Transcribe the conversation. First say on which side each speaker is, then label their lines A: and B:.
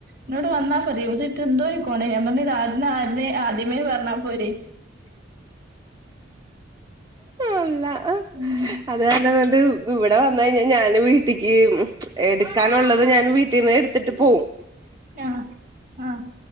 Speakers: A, on the right; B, on the right.
A: എന്നോട് വന്നാ പറയും ഇതിട്ട് എന്തോരിക്കോല ഞൻ പറഞ്ഞ ആദ്യ ആദ്യമേ പറഞ്ഞാൽ പോരെ.
B: ആല്ല
A: ഉം
B: അതല്ലണ്ട് ഇവിടെ വന്ന കഴിഞ്ഞാൽ ഞാന് വീട്ടിക്ക് എടുക്കാനുള്ളത് ഞാൻ വീട്ടിൽന്ന് എടു ത്തിട്ട് പോവും
A: ആഹ ആഹ്